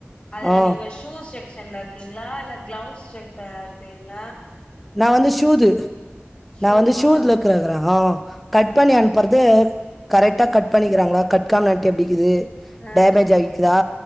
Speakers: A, on the left (about 20°); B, in the centre.
A: அதுல
B: ஆ
A: நீங்க ஷூஸ் செக் <unintelligible> இருக்கீங்களா இல்ல கிளவுஸ் செக் இருக்கீங்க
B: நா வந்து ஷூது
A: ஷூவா
B: நா வந்து ஷூதுல இருக்குறவரா. கட்
A: ஆ
B: பண்ணி அனுப்பறது <unintelligible> கரெக்டா கட் பண்ணிக்குறாங்களா கட் கம்நாட்டி அப்டிக்குது.
A: ஆ
B: டேமேஜ் ஆகிக்குதா